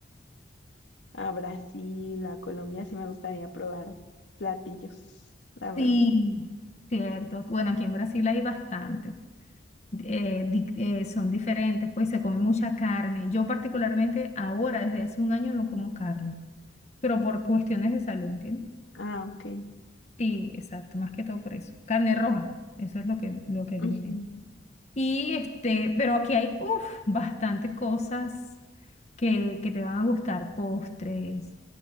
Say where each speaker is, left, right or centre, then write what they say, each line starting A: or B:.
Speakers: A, on the left; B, on the left.
A: a Brasil, a Colombia, sí me gustaría probar platillos, la verdad.
B: Sí, cierto. Bueno, aquí en Brasil hay bastante. eh, di- eh, son diferentes, pues se come mucha carne. Yo particularmente ahora, desde hace un año, no como carne, pero por cuestiones de salud, ¿entiendes?
A: Ah, ok.
B: Sí, exacto, más que todo por eso. Carne roja, eso es lo que, lo que eliminé.
A: Ujú.
B: Y este, pero aquí hay uf, bastante cosas que, que te van a gustar, postres.